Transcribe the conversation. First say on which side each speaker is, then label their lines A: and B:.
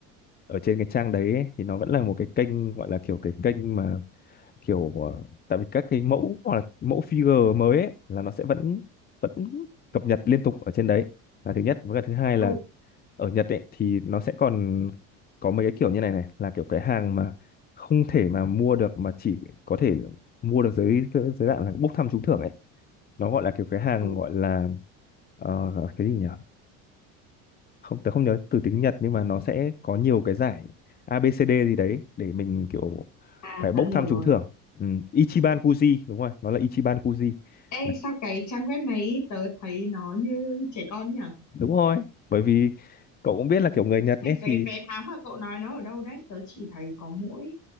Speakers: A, on the left (about 25°); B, on the left (about 50°).
A: ở trên cái trang đấy ấy, thì nó vẫn là một cái kênh gọi là kiểu cái kênh mà kiểu ờ, tại vì các cái mẫu hoặc là mẫu figure mới ấy, là nó sẽ vẫn vẫn cập nhật liên tục ở trên đấy là thứ nhất với cả thứ hai là
B: Ừ
A: ở Nhật ấy thì nó sẽ còn có mấy cái kiểu như này này là kiểu cái hàng mà không thể mà mua được mà chỉ có thể mua được dưới dưới dưới dạng là bốc thăm trúng thưởng ấy nó gọi là kiểu cái hàng
B: Ừ,
A: gọi là ờ, cái gì nhỉ không tớ không nhớ từ tiếng Nhật nhưng mà nó sẽ có nhiều cái giải A ABCD gì đấy để mình kiểu
B: À
A: phải
B: tớ
A: bốc
B: hiểu
A: thăm
B: rồi.
A: trúng thưởng ừ. Ichiban Kuji đúng rồi nó là Ichiban Kuji
B: Ê
A: Là-
B: sao cái trang web này tớ thấy nó như trẻ con nhỉ?
A: đúng rồi bởi vì cậu cũng biết là kiểu người Nhật
B: Này
A: ấy
B: cái
A: thì
B: vé tháng mà cậu nói nó ở đâu đấy? Tớ chỉ thấy có mỗi